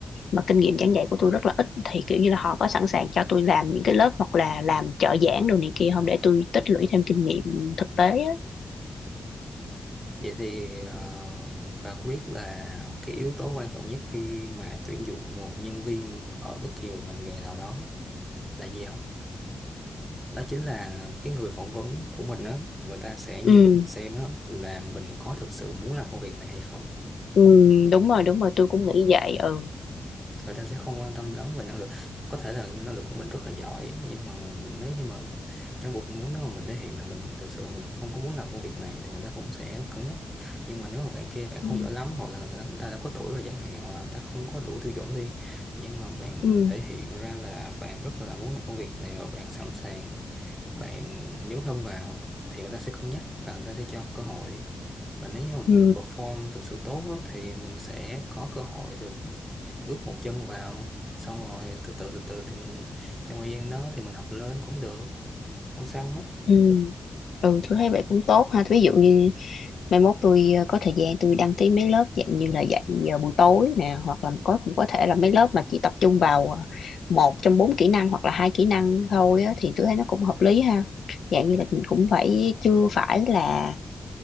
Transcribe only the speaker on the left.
mà kinh nghiệm giảng dạy của tôi rất là ít thì kiểu như là họ có sẵn sàng cho tôi làm những cái lớp hoặc là làm trợ giảng đồ này kia không để tôi tích lũy thêm kinh nghiệm thực tế á
ừ
ừ đúng
rồi đúng rồi tôi cũng nghĩ vậy ừ
ừ
ừ
ừ
ừ ừ tôi thấy vậy cũng tốt ha ví dụ như mai mốt tôi ờ, có thời gian tôi đăng ký mấy lớp dạng như là dạy ờ, buổi tối nè hoặc là có cũng có thể là mấy lớp mà chỉ tập trung vào ờ, một trong bốn kỹ năng hoặc là hai kỹ năng thôi á, thì tôi thấy nó cũng hợp lý ha dạng như là mình cũng phải chưa phải là